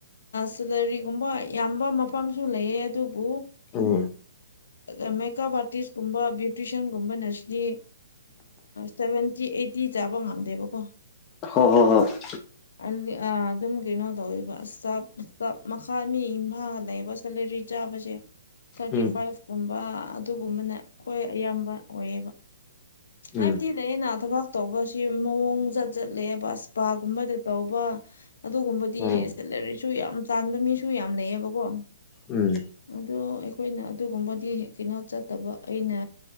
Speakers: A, on the left (about 75°); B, on the left (about 25°).
A: ꯁꯂꯔꯤꯒꯨꯝꯕ ꯌꯥꯝꯕ ꯃꯐꯝꯁꯨ ꯂꯩꯑ ꯑꯗꯨꯕꯨ
B: ꯎꯝ
A: ꯑ ꯃꯦꯀꯞ ꯑꯔꯇꯤꯁ ꯀꯨꯝ꯭ꯌꯨ ꯇ꯭ꯋꯁꯟꯒꯨꯝꯕꯅ ꯁꯤꯗꯤ ꯁꯚꯦꯟꯇꯤ ꯑꯩꯠꯇꯤ ꯆꯥꯕ ꯉꯝꯗꯦꯕꯀꯣ
B: ꯍꯣ ꯍꯣ ꯍꯣꯏ
A: ꯑꯗꯨꯝ ꯀꯩꯅꯣ ꯇꯧꯋꯕꯞ ꯆꯞ ꯃꯈꯥ ꯃꯤ ꯏꯝꯐꯥꯜꯒ ꯂꯩꯕ ꯁꯂꯔꯤ ꯆꯥꯕꯁꯦ ꯊꯥꯔꯇꯤ
B: ꯎꯝ
A: ꯐꯥꯏꯚ ꯀꯨꯝꯕ ꯑꯗꯨꯒꯨꯝꯕꯅ ꯈ꯭ꯋꯥꯏ ꯑꯌꯥꯝꯕ ꯑꯣꯏꯌꯦ ꯍꯥꯏꯕꯗꯤ
B: ꯎꯝ
A: ꯑꯩꯅ ꯑꯩꯅ ꯊꯕꯛ ꯇꯧꯕꯁꯤ ꯃꯑꯣꯡꯖꯠ ꯆꯠꯂꯦꯕ ꯑꯁꯄꯥꯒꯨꯝꯕꯗ ꯇꯧꯕ ꯑꯗꯨꯒꯨꯝꯕꯗꯤ
B: ꯎꯝ
A: ꯁꯦꯂꯔꯤꯁꯨ ꯌꯥꯝ ꯇꯥꯟꯕ ꯃꯤꯁꯨ ꯌꯥꯝ ꯂꯩꯌꯦꯕꯀꯣ
B: ꯎꯝ
A: ꯑꯗꯣ ꯑꯩꯈꯣꯏꯅ ꯑꯗꯨꯒꯨꯝꯕꯗꯤ ꯀꯩꯅꯣ ꯆꯠꯇꯕ ꯑꯩꯅ